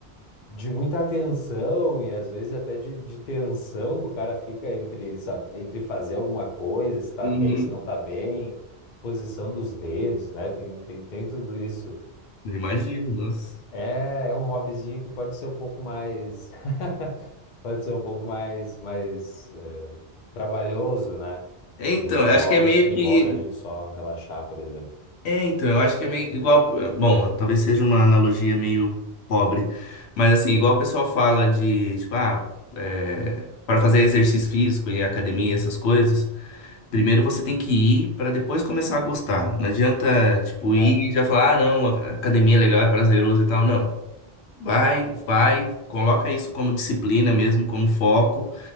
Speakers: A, on the left (about 55°); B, on the left (about 90°).
A: de muita atenção e às vezes até de, de tensão que o cara fica entre, sabe, entre fazer alguma coisa, se tá
B: Uhum.
A: bem, se não tá bem, posição dos dedos, né? Tem, tem, tem tudo isso.
B: Eu Imagino, nossa.
A: É, é um hobbyzinho que pode ser um pouco mais. <laughs> pode ser um pouco mais, mais eh, trabalhoso, né?
B: É, então,
A: Do que
B: eu
A: hobbies
B: acho que é meio
A: que envolvem
B: que.
A: a gente só relaxar, por exemplo.
B: É, então, eu acho que é meio igual. Bom, talvez seja uma analogia meio pobre, mas assim, igual o pessoal fala de, tipo, ah, é, para fazer exercício físico em academia, essas coisas, primeiro você tem que ir para depois começar a gostar. Não adianta, tipo,
A: É,
B: ir e já falar, ah, não, a academia é legal, é prazeroso e tal. Não. Vai, vai, coloca isso como disciplina mesmo, como foco.